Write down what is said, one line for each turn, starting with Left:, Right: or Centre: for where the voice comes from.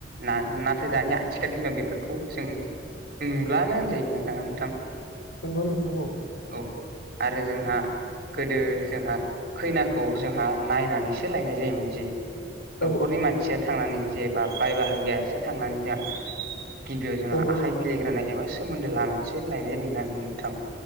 Right: ना-नाथाय दानिया आथिखालनि दिनाव बेफोरखौ जों नुुलानो होनजायो ना नोंथां?
Left: नंगौ नोंथां औ
Right: औ आरो जोंहा गोदो जोंहा खैनाखौ जोंहा नायनानैसो लायनाय जायोमोन जि न'खरनि
Left: औ
Right: मानसिया थांनानै जेबा बाय बाहागियासो थांनानै जोंहा गिबियाव जोंहा
Left: औ नंगौ
Right: आखाइ
Left: नोंथां
Right: बिलाेग्रोनाय एबा सोमोन्दो लानानैसो लायनाय जायोमोनना नोंथां।